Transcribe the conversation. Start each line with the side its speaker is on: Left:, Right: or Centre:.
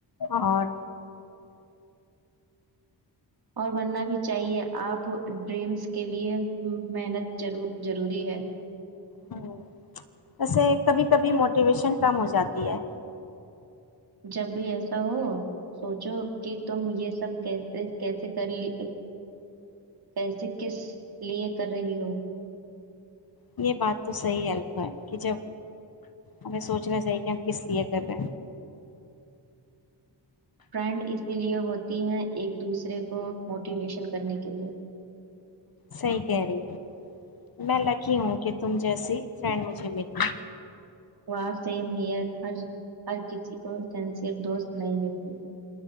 Left: اور
Right: اور بننا بھی چاہیے آپ ڈریمز کے لیئے محنت ضروری ہے
Left: ہ ویسے کبھی کبھی موٹیویشن کم ہو جاتی ہے
Right: جب بھی ایسا ہو سوچو کہ تم یہ سب کیسے کیسے کر لی کیسے کس لیے کر رہی ہو
Left: یہ بات تو صحیح الف ہے کہ جب ہمیں سوچنا چاہیے کہ ہم کس لیے کر رہے
Right: فرینڈ اسی لیے ہوتی ہے ایک دوسرے کو موٹیویشن کرنے کے لیئے
Left: صحی کہہ رہی ہ میں لکی ہوں کہ تم جیسی فریینڈ مجھے ملنا
Right: وا فیم ہیئر ہر کسی کو سینسیئر دوست نہیں ملتے